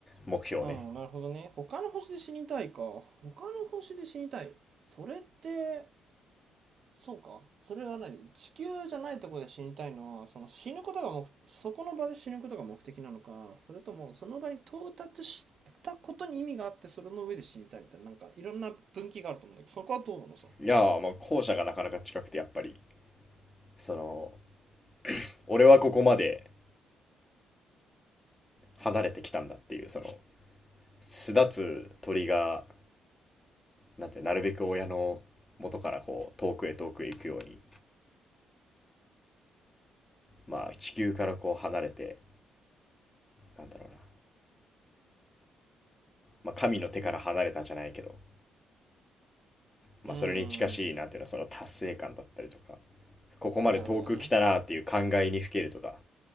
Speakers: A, on the left; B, on the right.
A: 目標ね
B: うん、なるほどね。他の星で死にたいか。他の星で死にたい。それって、そうか。それは何地球じゃないところで死にたいのは、その死ぬことが目、そこの場で死ぬことが目的なのか、それともその場に到達したことに意味があって、それの上で死にたいみたいな、なんかいろんな分岐があると思うんだけど、そこはどうなのさ。
A: いやーまあ後者がなかなか近くてやっぱりその俺はここまで離れてきたんだっていうその巣立つ鳥がなんてなるべく親の元からこう遠くへ遠くへ行くように、まあ、地球からこう離れてなんだろうな、まあ、神の手から離れたじゃないけど、まあ、
B: うー
A: それに近しいなんていうのその達成感だったりとか
B: ん、
A: ここまで遠く来たなっていう感慨にふけるとか
B: なるほどね。